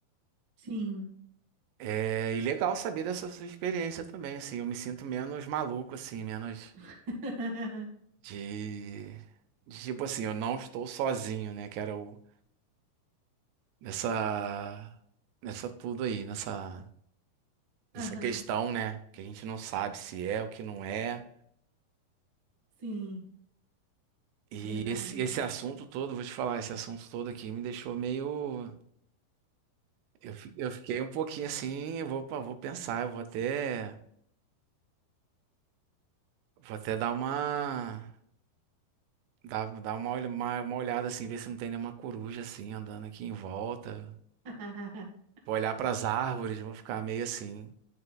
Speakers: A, on the right; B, on the right.
A: Sim.
B: É, e legal saber dessa sua experiência também, assim, eu me sinto menos maluco assim, menos
A: <laughs>
B: de, de tipo assim, eu não estou sozinho, né, que era o nessa nessa tudo aí, nessa nessa
A: Aham,
B: questão, né, que a gente não sabe se é o que não é.
A: Sim,
B: E
A: verdade.
B: esse esse assunto todo, vou te falar, esse assunto todo aqui me deixou meio Eu, fi- eu fiquei um pouquinho assim, eu vou, pa- vou pensar, eu vou até, vou até dar uma, dar, dar uma, olha- uma, uma olhada assim, ver se não tem nenhuma coruja assim andando aqui em volta.
A: <laughs>
B: Vou olhar para as árvores, vou ficar meio assim,